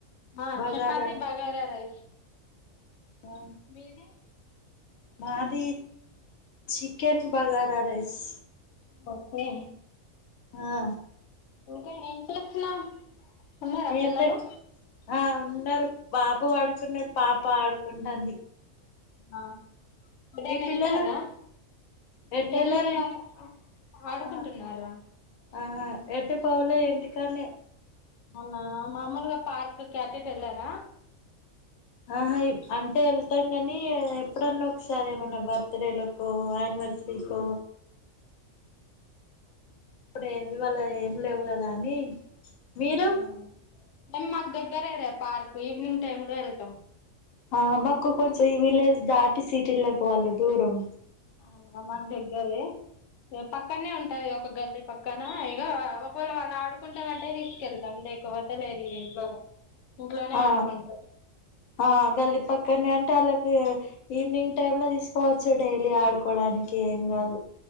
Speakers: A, on the left; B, on the left.
A: ఆ
B: బగారా
A: చపాతి బగారా రైస్
B: ఆఓ
A: మీది
B: మాది చికెన్ బగారా రైస్
A: ఒకే
B: ఆ
A: ఇంకా ఏం చేస్తున్నావ్ ఉన్నారా
B: ఏం
A: పిల్లలు
B: లే ఆ ఉన్నారు బాబు ఆడుకున్నాడు పాప ఆడుకుంటంది
A: ఆ ఇప్పుడేనా
B: పిల్లలు
A: వెళ్తారా
B: ఎటెళ్ళారు
A: ఏం లే
B: ఇంటి
A: వాళ ఆడుకుంటున్నారా
B: ఆ ఆహా ఏంటి పోవలే ఇంటికాడనే
A: అవునా మామూలుగా పార్క్ కటట్ ఎలార
B: ఆహా అంటే వెళ్తాం కానీ ఎప్పుడన్నా ఒకసారే ఏమనా బర్త్ డేలకు ఆనివర్సరీకో ఇప్పుడేమి ఇవాళ ఏమి లేవు కదా అని మీరు
A: అవు మేము మాకు దగ్గరేరే పార్క్ ఈవినింగ్ టైమ్ లో వెళ్తాం
B: ఆ మాకు కొంచం ఈ విలేజ్ దాటి సీటీలోకి పోవాలి దూరం
A: అవునా మాకు దగ్గరే ఇగ పక్కనే ఉంటది ఒక గల్లి పక్కన ఇగ ఒకవేళ వాళ్ళు ఆడుకుంటామంటే తీసుకెళ్తాం లేకపోతే లేదు ఇగ ఇంట్లోనే ఇంట్లోనే
B: ఆ
A: ఆడుకుంటారు
B: ఆ గల్లిపక్క కాని అంటే వాళ్ళకి ఈవినింగ్ టైమ్ లో తీసుకోవచ్చు డైలీ ఆడుకోవడానికి ఏం కాదు